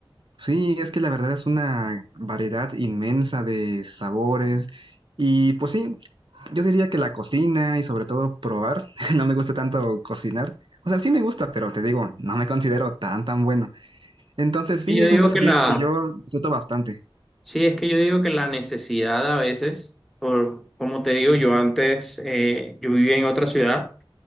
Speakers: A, on the right; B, in the centre.
A: Sí, es que la verdad es una variedad inmensa de sabores. Y pues sí, yo diría que la cocina y sobre todo probar, <laughs> no me gusta tanto cocinar. O sea, sí me gusta, pero te digo, no me considero tan, tan bueno. Entonces
B: Es que
A: sí,
B: yo
A: es
B: digo
A: un pasatiempo
B: que la,
A: que yo disfruto bastante.
B: sí, es que yo digo que la necesidad a veces, por, como te digo, yo antes, eh, yo vivía en otra ciudad